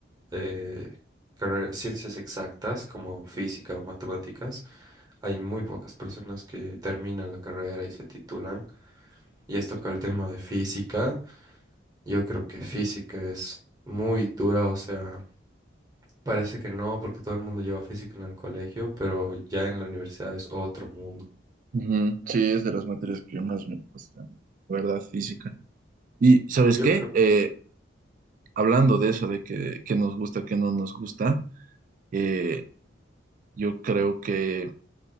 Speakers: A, on the right; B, on the right.
A: eh, carre- ciencias exactas como física o matemáticas, hay muy pocas personas que terminan la carrera y se titulan. Y has tocado el tema de física. Yo creo que física es muy dura, o sea... Parece que no, porque todo el mundo lleva física en el colegio, pero ya en la universidad es otro mundo.
B: Ujú, Sí, es de las materias que más me cuestan, la verdad, física. Y ¿sabes
A: Yo
B: qué?
A: creo
B: Eh,
A: que...
B: hablando de eso, de que, que nos gusta, que no nos gusta, eh, yo creo que